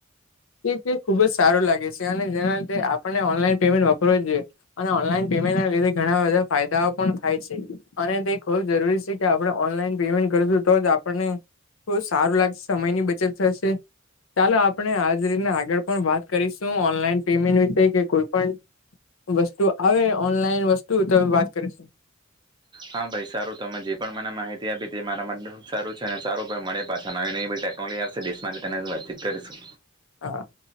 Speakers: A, on the left; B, on the right.
A: કે તે ખુબ જ સ સારુ લાગે સે અને જેના લીધે આપણને ઓનલાઈન પેમેન્ટ વાપરવું જોઈએ. અને ઓનલાઈન પેમેન્ટના લીધે ઘણા બધા ફાયદાઓ પણ થાય છે અને તે ખુબ જરૂરી સે. કે આપણે ઓનલાઈન પેમેન્ટ કરસુ, તો જ આપણને ખુબ સારુ લાગસ, સમયની બચત થશે. ચાલો આપણે આજ રીતના આગળ પણ વાત કરીશું, ઓનલાઈન પેમેન્ટ વિશે કે કોઈ પણ. વસ્તુ આવે ઓનલાઈન વસ્તુ તો વાત કરસું.
B: હા ભાઈ સારુ તમે જે પણ મને માહિતી આપી, તે મારા માટે ઉબ સારુ છે અને સારુ મળે પાછા નયી નયી બધ ટેકનોલો સદેશ માને તેન હારુ વાતચીત કરીશું.
A: હા